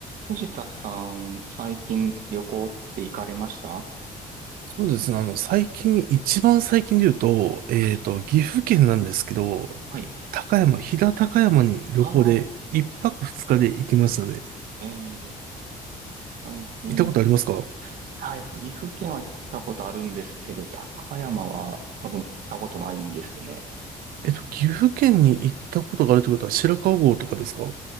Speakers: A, on the right; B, on the right.
A: 藤田さん、最近旅行って行かれましたは
B: そうですね。あの、最近、一番最近で言うと、えっと、
A: い、
B: 岐阜県なんですけど、
A: はい。
B: 高山、飛騨高山に旅行で一泊二日で行きましたね。
A: ああ、えー、最近って、
B: 行ったことありますか
A: はい、岐阜県は行ったことあるんですけど、高山は多分行ったことないんですね。
B: えっと、岐阜県に行ったことがあるってことは白川郷とかですか